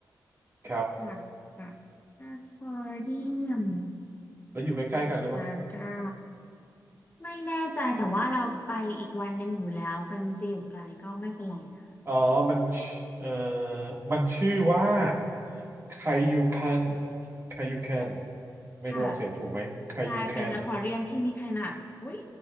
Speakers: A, on the right; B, on the left.
A: ครับ
B: ค่ะค่ะอควาเรียม
A: แล้วอยู่ใกล้ๆกันหรือเปล่า
B: โอซาก้า ไม่แน่ใจแต่ว่าเราไปอีกวันหนึ่งอยู่แล้วมันจะอยู่ไกลก็ไม่เป็นไรนะ
A: อ๋อมันชเอ่อมันชื่อว่าไคยูคันไคยูคันไม่รู้ออกเสียงถูกไหมไคยูคัน
B: ค่ะใช่เป็นอควาเรียมที่มีขนาดอุ้ย